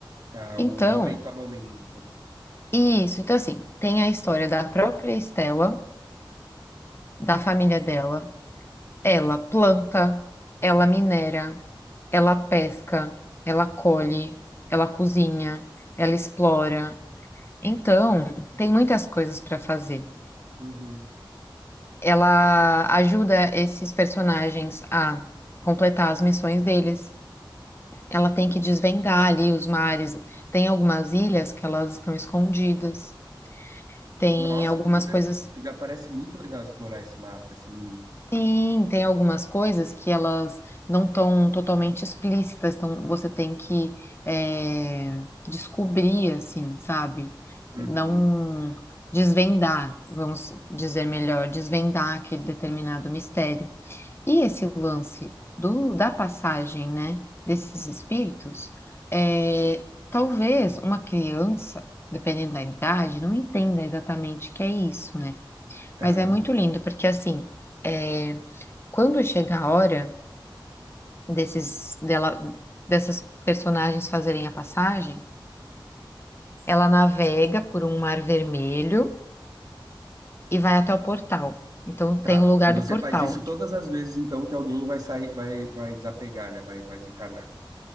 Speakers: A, on the right; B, on the left.
A: Tá,
B: Então,
A: o momento a momento
B: Isso, então assim, tem a história da própria Estela, da família dela. Ela planta, ela minera, ela pesca, ela colhe, ela cozinha, ela explora. Então, tem muitas coisas para fazer.
A: ali.
B: Ela ajuda esses personagens a completar as missões deles. Ela tem que desvendar ali os mares. Tem algumas ilhas que elas estão escondidas. Tem
A: Nossa,
B: algumas
A: que divertido.
B: coisas
A: Já parece muito legal explorar esse mapa, esse mundo.
B: Sim, tem algumas coisas que elas não estão totalmente explícitas, então você tem que é, descobrir, assim, sabe?
A: Uhum.
B: Não desvendar, vamos dizer melhor, desvendar aquele determinado mistério. E esse lance do, da passagem, né, desses espíritos, é, talvez uma criança, dependendo da idade, não entenda exatamente o que é isso, né?
A: Tá,
B: Mas é muito lindo, porque assim. eh, quando chega a hora desses, dela, dessas personagens fazerem a passagem, ela navega por um mar vermelho e vai até o portal. Então
A: tá.
B: tem o lugar
A: E você
B: do portal.
A: faz isso todas as vezes, então, que alguém vai sair, vai, vai desapegar, né? Vai, vai desencarnar.